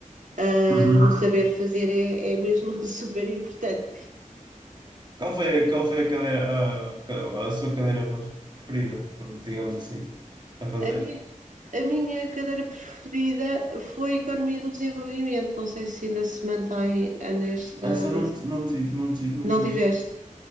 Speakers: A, on the right; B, on the right.
A: eh,
B: Uhum.
A: o saber fazer é, é mesmo <laughs> super importante.
B: Qual foi, qual foi a cadeira, a, a sua cadeira mais preferida, pronto, digamos assim, a fazer?
A: A minha, a minha cadeira preferida foi Economia do Desenvolvimento. Não sei se ainda se mantém eh, nesta
B: Essa
A: lista.
B: eu não, ti- não tive, não tive, não
A: Não
B: tive.
A: tiveste.